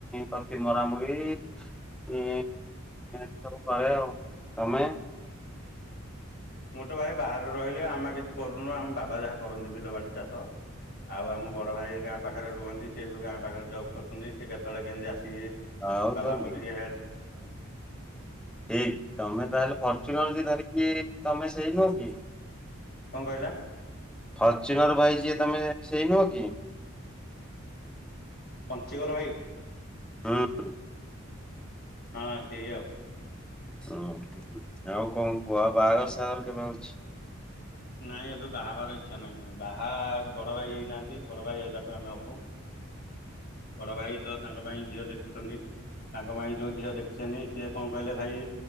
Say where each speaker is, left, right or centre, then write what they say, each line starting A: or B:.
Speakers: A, in the centre; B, on the left (about 50°).
A: ପାତି ମରାମରି ଇ ଇ ସବୁ କରେ ତମେ?
B: ମୁଁ ତ ଭାଇ ବାହାରେ ରହିଲେ ଆମେ କିଛି କିଛି କରୁନୁ ଆମ ବାବା ଯାହା କରନ୍ତି ବିଲ ବାଡି ଚାଷ ଆଉ ଆମ ବଡ ଭାଇ ଗାଁ ପାଖରେ ରୁହନ୍ତି। ସେ ଗାଁ ପାଖରେ ଜବ୍ କରୁଛନ୍ତି ସେ କେ ତଳେ କେମିତି ଆସିକି
A: ଆଉ
B: ବାବାଙ୍କୁ
A: ତ ବିଭା
B: ଟିକେ ହେଲ୍ପ
A: ଠିକ ତମେ ତାହେଲେ ଫର୍ଚୁନର ଯ ଧରିକି ତମେ ସେଇ ନୁହ କି?
B: କଣ କହିଲ?
A: ଫର୍ଚୁନର ଭାଇ ଯିଏ ତମେ ସେଇ ନୁହ କି?
B: ପଞ୍ଚିଗର ଭାଇ।
A: ହଁ।
B: ହଁ ସେଇ ଆଉ।
A: ଓ ଆଉ କଣ କୁହ ବାହାଘର ସାଘର କେବେ ଅଛି?
B: ନାଇଁ ଏବେ ବାହା ହେବାର ଇଛା ନାହିଁ ବାହା ବଡ ଭାଇ ହେଇନାହାନ୍ତି ବଡ ଭାଇ ହେଲାଠୁ ଆମେ ହବୁ। ବଡ ଭାଇ ତ ତାଙ୍କ ପାଇଁ ଝିଅ ଦେଖୁଛନ୍ତି। ତାଙ୍କ ପାଇଁ ଯୋଉ ଦିଅ ଦେଖିସେନି ସିଏ କଣ କହିଲେ ଭାଇ